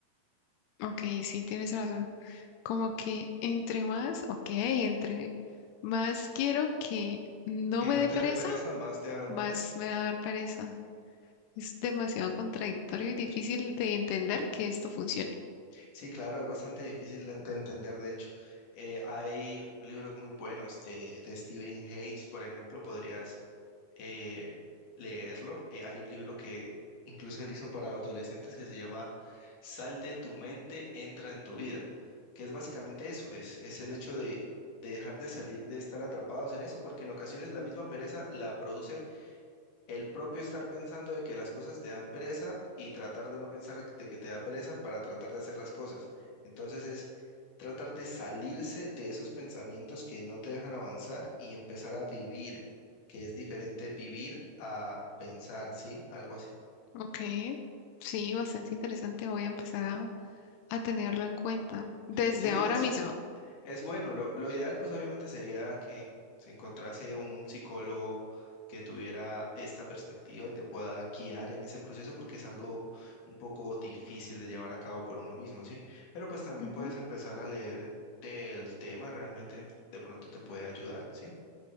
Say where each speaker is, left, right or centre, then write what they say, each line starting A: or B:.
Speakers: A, on the left; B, on the left.
A: Ok, sí, tienes razón. Como que entre más, ok, entre más quiero que no
B: Que
A: me
B: no
A: dé
B: te
A: pereza,
B: dé pereza, más te va a dar
A: más
B: pereza.
A: me va a dar pereza. Es demasiado contradictorio y difícil de entender que esto funcione.
B: Sí, claro, es bastante difícil de ent- entender, de hecho. Eh, hay libros muy buenos de, de Stephen Hayes, por ejemplo, podrías eh, leerlo. Eh, hay un libro que incluso él hizo para adolescentes que se llama Sal de tu mente, entra en tu vida, que es básicamente eso, es, es el hecho de, de dejar de salir, de estar atrapados en eso, porque en ocasiones la misma pereza la produce el propio estar pensando de que las cosas te dan pereza y tratar de no pensar de que te da pereza para tratar de hacer las cosas. Entonces es tratar de salirse de esos pensamientos que no te dejan avanzar y empezar a vivir, que es diferente vivir a pensar, ¿sí? Algo así.
A: Ok, sí, bastante interesante. Voy a empezar a, a tenerlo en cuenta desde
B: Sí,
A: ahora
B: es
A: mismo.
B: Es bueno, lo, lo ideal pues obviamente sería que se encontrase un psicólogo que tuviera esta perspectiva y te pueda guiar en ese proceso porque es algo un poco difícil de llevar a cabo por uno mismo, ¿sí? Pero pues también
A: Ujú.
B: puedes empezar a leer del tema, realmente de pronto te puede ayudar, ¿sí?